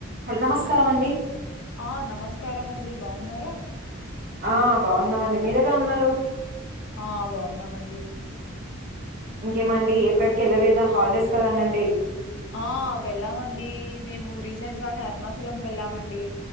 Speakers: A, on the right; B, on the left.
A: హ నమస్కారం అండి.
B: ఆ నమస్కారం అండి, బాగున్నారా?
A: ఆ బాగున్నామండి, మీరెలా ఉన్నారు?
B: ఆ బాగున్నామండి.
A: ఇంకేమండి ఎక్కడికెళ్ళలేదా హాలిడేస్ కదండండి?
B: ఆ వెళ్ళామండి, మేము రీసెంట్ గానే అరుణాచలంకి వెళ్ళామండి.